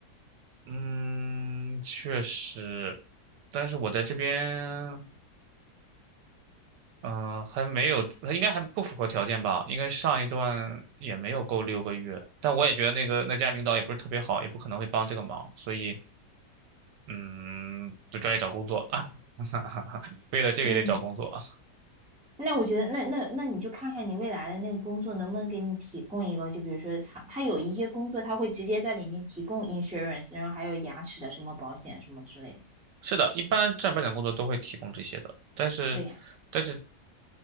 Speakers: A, on the right; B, in the centre.
A: 嗯，确实，但是我在这边。嗯、呃还没有，他应该还不符合条件吧？应该上一段也没有够六个月，但我也觉得那个那家领导也不是特别好，也不可能会帮这个忙，所以嗯，就专业找工作啊，<laughs> 为了这个也得找工作。
B: 嗯，
A: 啊。
B: 那我觉得，那那那你就看看你未来的那个工作能不能给你提供一个，就比如说他他有一些工作他会直接在里面提供 insurance，然后还有牙齿的什么保险什么之类的。
A: 是的，一般正儿八经工作都会提供这些的，但是但是
B: 对呀。